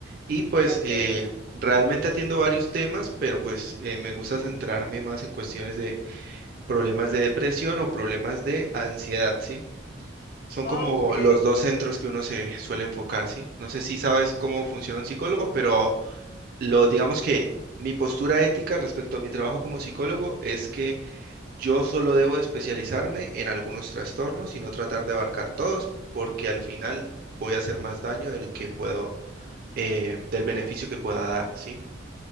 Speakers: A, on the right; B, on the left.
A: y pues
B: Okay.
A: eh, realmente atiendo varios temas, pero pues eh, me gusta centrarme más en cuestiones de problemas de depresión o problemas de ansiedad, ¿sí? Son
B: Oh,
A: como
B: ok.
A: los dos centros que uno se suele enfocar, ¿sí? No sé si sabes cómo funciona un psicólogo, pero lo digamos que mi postura ética respecto a mi trabajo como psicólogo es que yo solo debo especializarme en algunos trastornos y no tratar de abarcar todos, porque al final voy a hacer más daño del que puedo, eh, del beneficio que pueda dar, ¿sí?